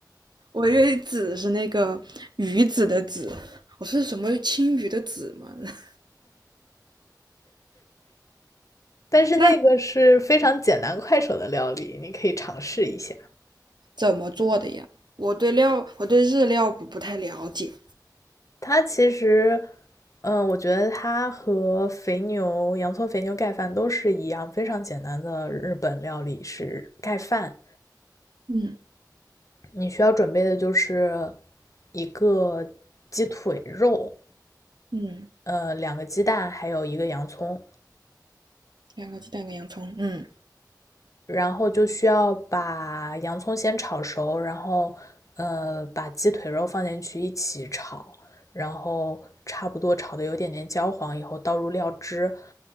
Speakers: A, on the right; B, on the left.
A: 我以为子是那个鱼子的子，我是什么青鱼的子吗？<laughs>
B: 但是那个是非常简单快手的料理，
A: 那
B: 你可以尝试一下。
A: 怎么做的呀？我对料，我对日料不不太了解。
B: 它其实，嗯，我觉得它和肥牛、洋葱肥牛盖饭都是一样，非常简单的日本料理是盖饭。
A: 嗯，
B: 你需要准备的就是一个鸡腿肉，
A: 嗯，
B: 呃，两个鸡蛋，还有一个洋葱。
A: 两个鸡蛋，跟洋葱。嗯，
B: 然后就需要把洋葱先炒熟，然后呃把鸡腿肉放进去一起炒，然后差不多炒的有点点焦黄以后，倒入料汁，